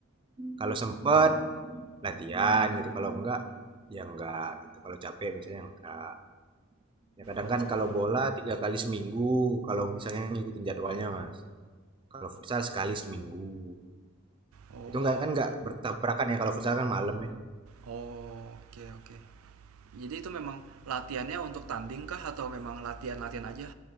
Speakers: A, on the right (about 25°); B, on the right (about 80°).
A: kalau sempet latihan gitu, kalau enggak ya enggak gitu. Kalau capek misalnya enggak. Ya kadang
B: Oh.
A: kan kalau bola tiga kali seminggu, kalau misalnya ngikutin jadwalnya mas. Kalau futsal sekali seminggu.
B: Oh.
A: Itu nggak kan nggak bertabrakan ya kalau futsal kan malam ya.
B: Oh, oke oke. Jadi itu memang latihannya untuk tanding kah atau memang latihan-latihan aja